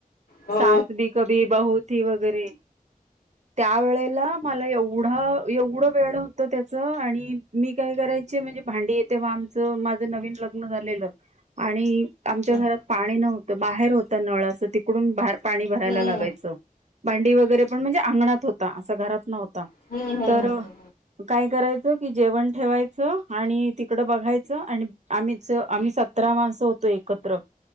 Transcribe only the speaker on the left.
हो
हम्म
हम्म
हम्म हम्म, हम्म,
हम्म.